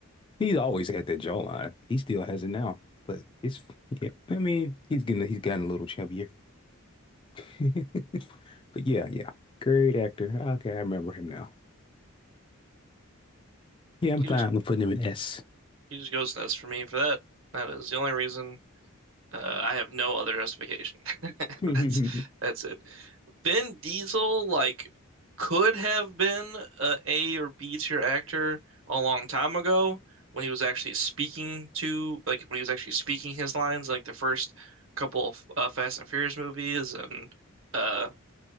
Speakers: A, on the left; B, on the right.
A: he's always had that jawline. He still has it now. But his yeah, I mean, he's getting he's gotten a little chubbier. <laughs> But yeah, yeah, great actor. Okay, I remember him now. Yeah, I'm
B: He
A: fine
B: just
A: with putting him in S.
B: he just goes nuts for me for that. That is the only reason. Uh, I have no other justification. <laughs>
A: <laughs> hmm
B: That's that's it. Vin Diesel like could have been a A or B tier actor a long time ago when he was actually speaking to like when he was actually speaking his lines like the first couple of uh, Fast and Furious movies and uh